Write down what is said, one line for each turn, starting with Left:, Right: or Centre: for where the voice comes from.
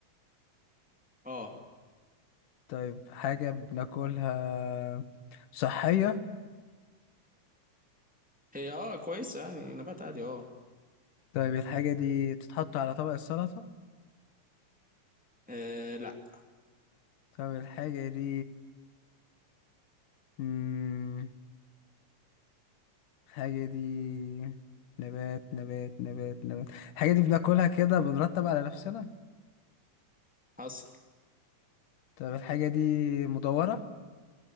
Centre: اه
Left: طيب حاجة بناكلها صحية
Centre: هي اه كويسه يعني نبات عادي اه
Left: طيب الحاجة دي تتحط على طبق السلطة
Centre: إيه لا
Left: طب الحاجة دي مم... الحاجة دي نبات نبات نبات نبات الحاجة دي بناكلها كده بنرتب على نفسنا
Centre: حصل
Left: طب الحاجة دي مدورة